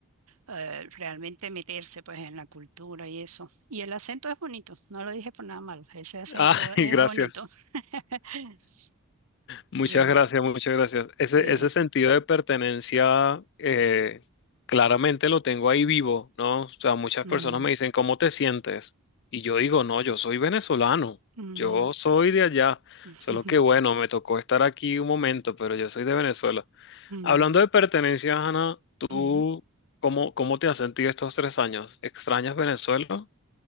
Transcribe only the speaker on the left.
Ah, <laughs>
gracias.
Muchas
gracias, muchas gracias. Ese,
ese sentido de pertenencia eh, claramente lo tengo ahí vivo, ¿no? O sea, muchas
personas me dicen, ¿cómo te sientes? Y yo digo, no, yo soy venezolano,
yo soy de allá,
solo que bueno, me tocó estar aquí un momento, pero yo soy de Venezuela.
Hablando de pertenencia Ana, ¿tú
cómo, cómo te has sentido estos tres años? ¿Extrañas Venezuela?